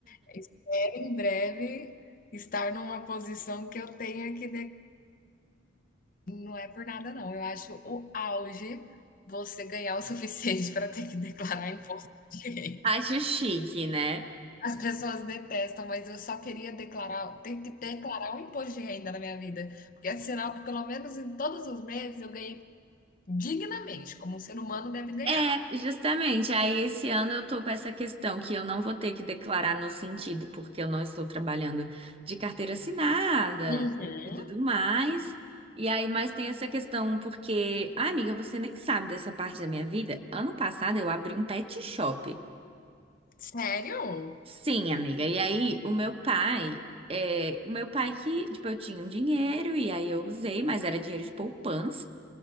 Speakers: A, on the left (about 45°); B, on the right (about 30°).
A: Espero em breve estar numa posição que eu tenha que Não é por nada, não. Eu acho o auge você ganhar o suficiente <laughs> para ter que declarar imposto de renda.
B: Acho chique, né?
A: As pessoas detestam, mas eu só queria declarar, ter que declarar um imposto de renda na minha vida, porque é sinal que pelo menos em todos os meses eu ganhei dignamente, como um ser humano deve ganhar.
B: É, justamente. Aí esse ano eu tô com essa questão que eu não vou ter que declarar no sentido, porque eu não estou trabalhando de carteira assinada
A: Uhum.
B: e tudo mais. E aí, mas tem essa questão porque, ah, amiga, você nem sabe dessa parte da minha vida. Ano passado eu abri um pet shop.
A: Sério?
B: Sim, amiga. E aí, o meu pai, é, o meu pai que, tipo, eu tinha um dinheiro e aí eu usei, mas era dinheiro de poupança.